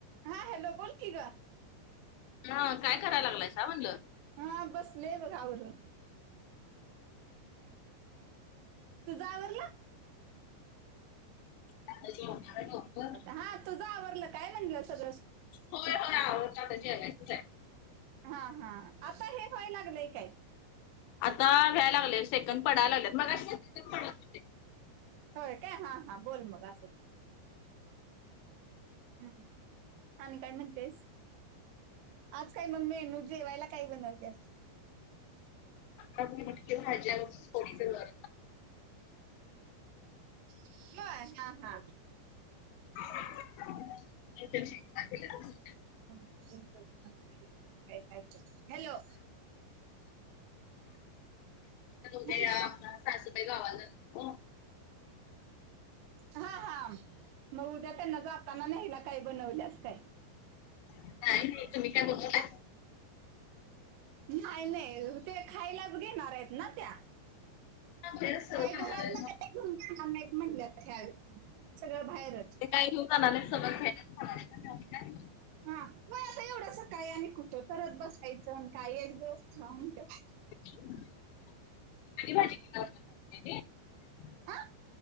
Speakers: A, on the right (about 75°); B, on the left (about 80°).
A: हा हॅलो बोल की ग?
B: हा काय करायला लागलाय सा म्हणलं?
A: हा बसले बघ आवरून. तूझ आवरला?
B: आता जेवणार आहे लवकर
A: हा तुझ आवरडलं काय म्हंटलं सगळं?
B: हो हो आवरल आता जेवायचंच हाय.
A: हा हा आता हे व्हाय लागलंय काय.
B: आता व्यायला लागलेय सेकंड पडायला लागलेत मगशी
A: होय काय हां हां बोल मग असुदे. हम आणि काय म्हणतेस? आज काय मग मेनू जेवायला कय बनवतेस?
B: आी म्हटली भाज्या थोडीच घर
A: बय हा हा.
B: <unintelligible>
A: का काय हॅलो.
B: द्या
A: हॅलो
B: सासूबाई गावात जात
A: हा हा मग उद्या तर नगं आपताना नाहीला काही बनवल्यास का?
B: नाही हे तुम्ही काय बनवले?
A: नाही नाही ते खायलाच घेणार आहेत ना त्या.
B: बाहेरच सगळं
A: काही
B: खाणार
A: घरातल
B: आहे मग.
A: काय घेऊ जाणार नाही म्हणल्यात. सगळं बाहेरच.
B: काय घऊन जाणार नाही सगळं बाहेरच खाणार आहेत.
A: हा म आता एवढसा काही आणि कुठं करत बसायचं आणि काय एक दिवस खावा म्हणत्यात.
B: ज <unintelligible>
A: हा